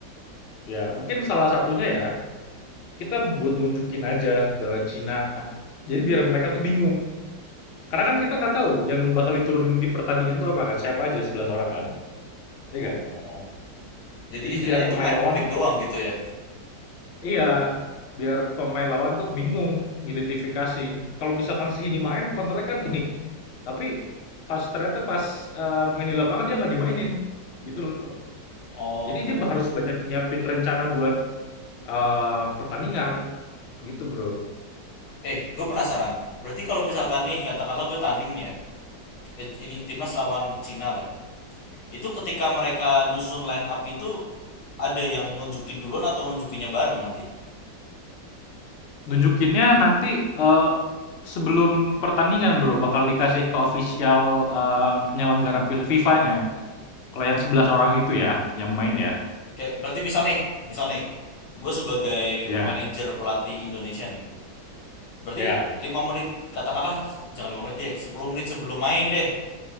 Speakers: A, on the left; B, on the left.
A: Ya, mungkin salah satunya ya Kita buat nunjukin aja ke Cina. Jadi biar mereka tuh bingung. Karena kan kita nggak tahu yang bakal diturunin di pertandingan tuh apa kan, siapa aja 11 orang kan, iya
B: Oh.
A: nggak?
B: Jadi
A: Jadi
B: istilahnya
A: biar pemain
B: itu main publik
A: lawan,
B: doang gitu ya.
A: iya, biar pemain lawan tuh bingung identifikasi. Kalau misalkan si ini main, counternya kan ini. Tapi pas ternyata pas eh, main di lapangan dia nggak dimainin, gitu loh.
B: Oke
A: Jadi dia
B: oke
A: harus
B: oke.
A: banyak nyiapin rencana buat eh, pertandingan, gitu bro.
B: Eh, gue penasaran. Berarti kalau misalkan nih, katakanlah gue tanding nih ya. Eh, ini timnas lawan Cina lah. ya. Itu ketika mereka nyusun line up itu ada yang nunjukin duluan atau nunjukinnya bareng nanti?
A: Nunjukinnya nanti, eee, sebelum pertandingan Bro, bakal dikasih ke official, eee, penyelenggara pil FIFA-nya. Kalau yang 11 orang itu ya, yang main ya.
B: Kayak berarti misal nih, misal nih, gue sebagai
A: ya,
B: manajer pelatih Indonesia nih. Berarti
A: ya,
B: lima menit katakanlah jangan 5 menit deh, 10 menit sebelum main deh.